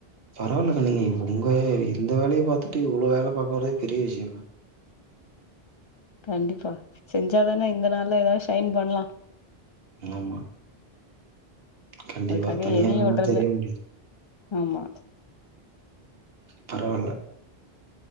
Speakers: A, on the right; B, on the left.
A: பரவால்லக்கா நீங்க இங்க உங்க இந்த வேலய பாத்துட்டு இவ்ளோ வேல பாக்க வர்றதே பெரிய விஷ்யோ
B: கண்டிப்பா செஞ்சாதான இந்த நாள்ல ஏதாவது ஷைன் பண்லா
A: ஆமா கண்டிப்பா.
B: அதுக்காக
A: தனியா
B: எதையு
A: இல்லன்னா
B: உடுறல்ல
A: தெரிய முடியாது.
B: ஆமா
A: பரவால்ல